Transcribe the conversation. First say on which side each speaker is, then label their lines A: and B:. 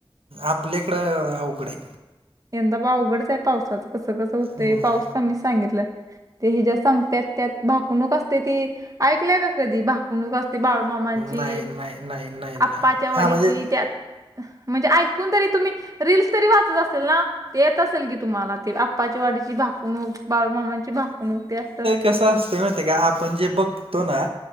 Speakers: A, on the right; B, on the right.
A: आपल्याकडं अवघड ये
B: यंदा बा अवघडच आहे पावसाचं कसं कसं होतय
A: हम्म,
B: पाऊस कमीच सांगितलंय. ते हि ज्या सांगत त्यात भाकणूक असते ती ऐकल्याय का कधी भाकणूक असते. ते बाळूमामांची
A: नाही नाही नाही नाही
B: आपपाच्या
A: नाही
B: वाडीची
A: हां म्हणजे
B: त्यात. म्हणजे ऐकून तरी तुम्ही रीलस तरी वाचत असेल ना. ते येत असेल की तुम्हाला ते आप्पाची वाडीची भाकवणूक बाळूमामांची भाकवणूक ते असतात.
A: कस असत माण का आपण जे बघतो ना